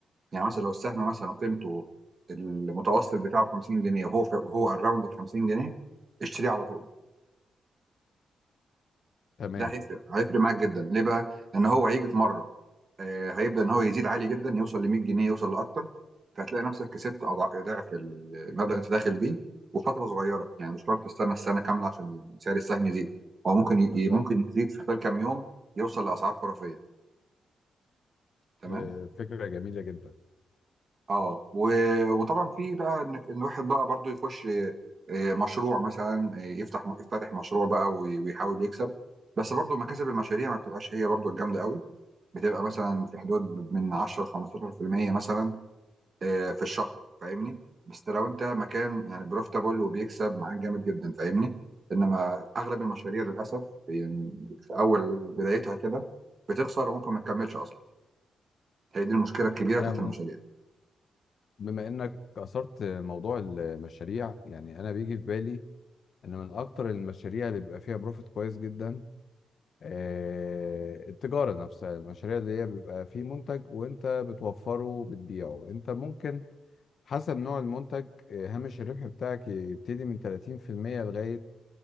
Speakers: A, on the right; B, on the left.
A: يعني مثلا لو السهم مثلا قيمته المتوسط بتاعه 50 جنيه وهو ف... وهو اراوند ال 50 جنيه اشتريه على طول
B: تمام
A: ده هيفرق هيفرق معاك جدا ليه بقى؟ ان هو هيجي في مره آه، هيبدا ان هو يزيد عالي جدا يوصل ل 100 جنيه يوصل لاكتر فهتلاقي نفسك كسبت أضع- ضعف المبلغ اللي انت داخل بيه وفتره صغيره يعني مش شرط تستنى السنه كامله عشان سعر السهم يزيد هو ممكن ي...
B: بالظبط
A: ممكن يزيد في خلال كام يوم يوصل لاسعار خرافيه تمام
B: آه، فكرة جميلة جدا
A: اه و- وطبعا في بقى ان إن الواحد بقى برضو يخش آه، آه، مشروع مثلا آه، يفتح يفتتح مشروع بقى وي- ويحاول يكسب بس برضو مكاسب المشاريع ما بتبقاش هي برضو الجامده قوي بتبقى مثلا في حدود من 10 ل 15% مثلا آه، في الشهر فاهمني بس لو انت مكان يعني بروفيتابل وبيكسب معاك جامد جدا فاهمني انما اغلب المشاريع للاسف يعني في اول بدايتها كده بتخسر وممكن ما تكملش اصلا هي دي المشكله الكبيره
B: انا
A: بتاعت
B: بم-
A: المشاريع
B: بما انك اثرت موضوع المشاريع يعني انا بيجي في بالي ان من اكتر المشاريع اللي بيبقى فيها بروفيت كويس جدا آه، التجارة نفسها المشاريع اللي هي بيبقى فيه منتج وانت بتوفره وبتبيعه انت ممكن حسب نوع المنتج آه، هامش الربح بتاعك يبتدي من 30% لغاية